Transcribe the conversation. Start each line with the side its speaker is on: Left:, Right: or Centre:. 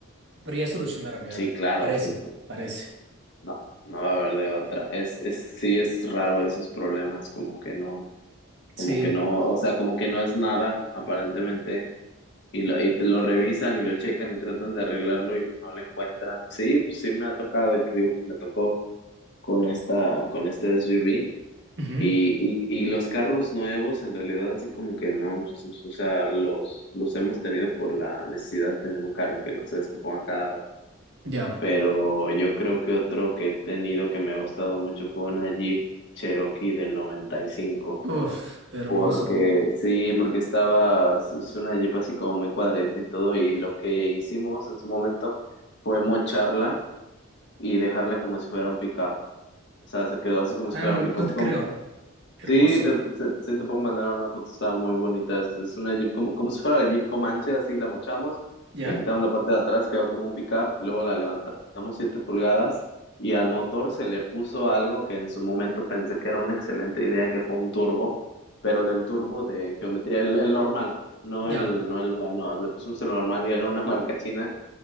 Right: Pero ya solucionaron, ya.
Left: Sí, claro,
Right: Parece,
Left: sí. pues,
Right: parece.
Left: No, no va a haber de otra. Es, es, sí, es raro esos problemas, como que no, como
Right: Sí.
Left: que no, o sea, como que no es nada, aparentemente y lo, y te lo revisan y lo checan y tratan de arreglarlo y no lo encuentran. Sí, pues sí me ha tocado y te digo, pues me tocó con esta, con este SUV.
Right: Ujú,
Left: Y, y, y los carros nuevos, en realidad, así como que no, pues, o sea, los, los hemos tenido por la necesidad de tener un carro que no se descomponga cada rato.
Right: Ya.
Left: Pero yo creo que otro que he tenido que me ha gustado mucho fue una Jeep Cherokee del 95.
Right: Uf, hermoso.
Left: Porque sí, porque estaba, es es una Jeep así como muy cuadradita y todo, y lo que hicimos en su momento fue mocharla y dejarla como si fuera un pickup. O sea, se quedó así como si
Right: Ah,
Left: fuera
Right: no, me-
Left: un pickup.
Right: no te creo. Hermoso.
Left: Sí, te, se- sí te puedo mandar una foto, está muy bonita. Es, es una Jeep como, como si fuera la Jeep Comanche, así la mochamos,
Right: ¿Ya?
Left: le quitamos la parte de atrás, quedó como un pickup, luego la levantamos siete pulgadas y al motor se le puso algo que en su momento pensé que era una excelente idea, que fue un turbo, pero del turbo de geometría, el, el normal, no
Right: Ya.
Left: el, no el bueno, le pusimos el normal y era una <laughs> marca china